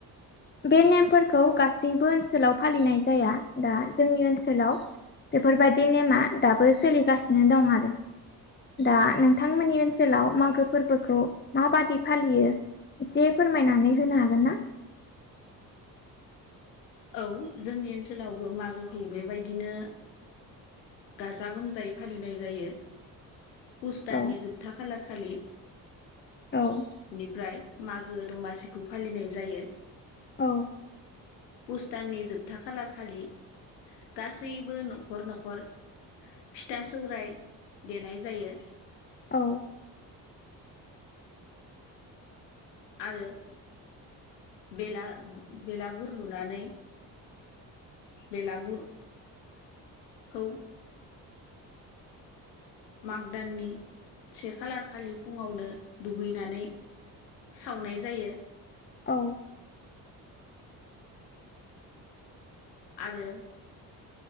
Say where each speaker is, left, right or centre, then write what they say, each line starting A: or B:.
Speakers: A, on the left; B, on the left.
A: बे नेमफोरखौ गासैबो ओनसोलाव फालिनाय जाया दा जोंनि ओनसोलाव बेफोरबायदि नेमा दाबो सोलिगासिनो दं आरो दा नोंथांमोननि ओनसोलाव मागो फोरबोखौ माबादि फालियो एसे फोरमायनानै होनो हागोन ना?
B: औ जोंनि ओनसोलावबो मागोखौ बेबायदिनो गाजा गोमजायै फालिनाय जायो। पुस दाननि
A: औ
B: जोबथा खालारखालि।
A: औ
B: निफ्राय मागो दमासिखौ फालिनाय जायो।
A: औ
B: पुष दाननि जोबथा खालार खालि गासैबो न'खर न'खर-' फिथा सौराय देनाय जायो।
A: औ
B: आरो बेला बेलागुर लुनानै बेलागुर खौ माग दाननि से खालार खालि फुङावनो दुगैनानै सावनाय जायो।
A: औ
B: आरो